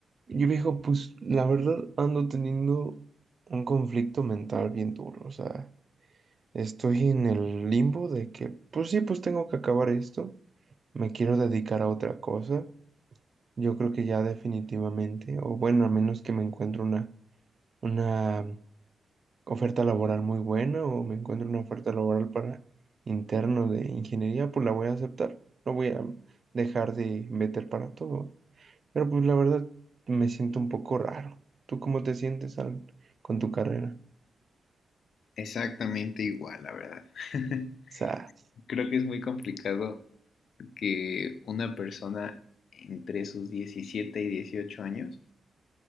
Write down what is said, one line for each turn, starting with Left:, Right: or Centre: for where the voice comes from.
Right: Y viejo, pues la verdad ando teniendo un conflicto mental bien duro, o sea, estoy en el limbo de que, pues sí, pues tengo que acabar esto, me quiero dedicar a otra cosa, yo creo que ya definitivamente, o bueno, a menos que me encuentre una, una oferta laboral muy buena o me encuentre una oferta laboral para interno de ingeniería, pues la voy a aceptar, no voy a dejar de meter para todo. Pero pues la verdad me siento un poco raro. ¿Tú cómo te sientes al- con tu carrera?
Left: Exactamente igual, la verdad. <laughs>
Right: Sas.
Left: Creo que es muy complicado que una persona entre sus 17 y 18 años